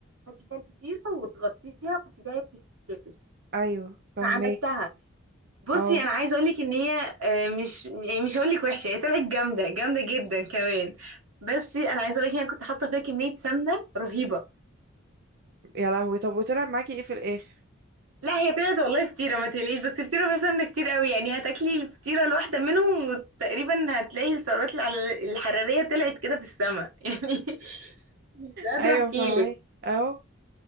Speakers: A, on the right; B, on the right.
A: تحطي فيها الفطيره وتغطيها وتسيبيها تستوي
B: ايوه فهماكي
A: فعملتها بصي
B: اه
A: انا عايزه اقول لك ان هي آه، مش يعني مش هقول لك وحشه هي طلعت جامده جامده جدا كمان بس انا عايزه اقول لك انا كنت حاطه فيها كميه سمنه رهيبه
B: يا لهوي طب وطلع معاكي ايه في الاخر
A: لا هي طلعت والله فطيرة ما تقلقيش بس فطيرة فيها سمنة كتير قوي يعني هتاكلي الفطيرة الواحدة منهم وتقريبا هتلاقي السعرات الع- الحرارية طلعت كده في السماء <laughs> يعني مش قادرة
B: ايوه
A: احكيلك
B: فاهمك اهو